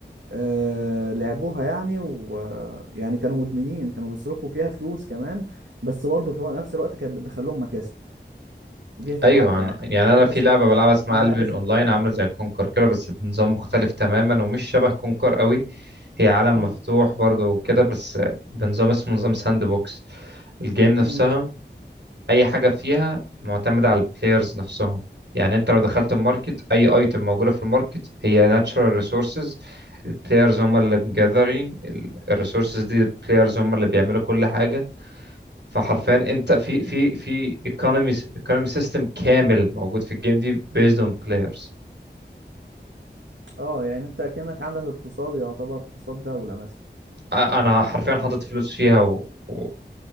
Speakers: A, on the right; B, on the right.
A: آه، لعبوها يعني ويعني كانوا مدمنين كانوا بيصرفوا فيها فلوس كمان بس برضه في نفس الوقت كانت بتدخل لهم مكاسب جهة
B: ايوه
A: الحق يعني
B: أنا يعني انا
A: في ناس
B: في لعبه
A: كانت
B: بلعبها اسمها
A: عاملاها
B: البيون
A: بيزنس
B: اونلاين عامله زي كونكر كده بس بنظام مختلف تماما ومش شبه كونكر قوي هي عالم
A: مم،
B: مفتوح برضه وكده بس بنظام اسمه نظام ساند بوكس الجيم نفسها
A: مم،
B: اي حاجه فيها معتمده على البلايرز نفسهم يعني انت لو دخلت الماركت اي ايتم موجوده في الماركت هي ناتشورال ريسورسز البلايرز هم اللي مجذرين الريسورسز دي البلايرز هم اللي بيعملوا كل حاجه فحرفيا انت في في في ايكونومي ايكونومي سيستم كامل موجود في الجيم دي بيزد
A: مم.
B: اون بلايرز
A: اه يعني انت اكنك عندك اقتصاد يعتبر اقتصاد دولة مثلا
B: انا حرفيا حاطط فلوس فيها و... و...